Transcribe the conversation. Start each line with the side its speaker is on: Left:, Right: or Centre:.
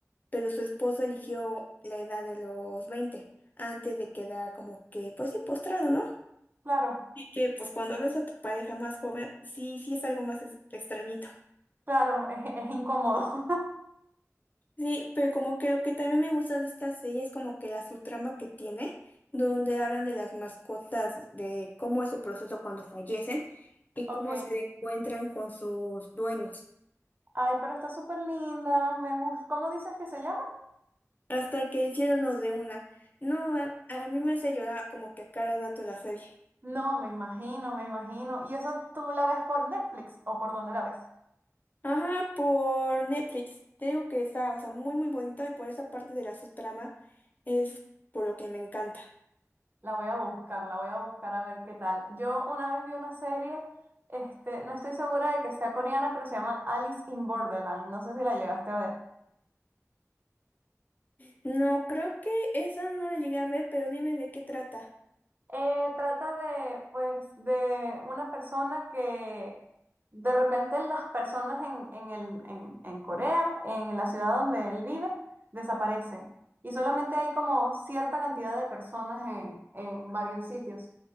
Left: pero su esposo eligió la edad de los 20 antes de quedar como que, pues sí, postrado, ¿no?
Right: Claro,
Left: Así que, pues cuando ves a tu pareja más joven, sí, sí es algo más es- extrañito.
Right: claro, <laughs> es, es incómodo. <laughs>
Left: Sí, pero como que lo que también me gusta de esta serie es como que la subtrama que tiene, donde hablan de las mascotas, de cómo es su proceso cuando fallecen y
Right: Ok.
Left: cómo se encuentran con sus dueños,
Right: Ay, pero está súper linda, me gusta. ¿Cómo dices que se llama?
Left: hasta que el cielo nos dé una. No, a, a mí me hace llorar como que a cada dato la serie.
Right: No, me imagino, me imagino. ¿Y eso tú la ves por Netflix o por dónde la ves?
Left: Ajá, por Netflix. Te digo que está, o sea, muy muy bonito y por esa parte de la subtrama es por lo que me encanta.
Right: La voy a buscar, la voy a buscar a ver qué tal. Yo una vez vi una serie, este, no estoy segura de que sea coreana, pero se llama Alice in Borderland. No sé si la llegaste a ver.
Left: No, creo que esa no la llegué a ver, pero dime de qué trata.
Right: Eh, trata de, pues, de una persona que de repente las personas en, en el, en, en Corea, en la ciudad donde él vive, desaparecen. Y solamente hay como cierta cantidad de personas en, en varios sitios.